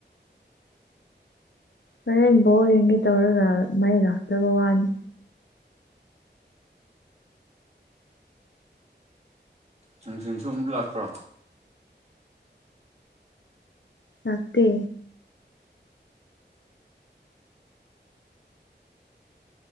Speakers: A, on the left; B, on the right.
A: ꯍꯣꯔꯦꯟ ꯕꯣꯜ ꯌꯦꯡꯒꯦ ꯇꯧꯔꯒ ꯃꯩ ꯂꯥꯛꯇꯕ ꯋꯥꯅꯦ
B: ꯅꯨꯡꯊꯤꯟꯁꯨ ꯑꯝꯇ ꯂꯥꯛꯇ꯭ꯔꯣ
A: ꯂꯥꯛꯇꯦ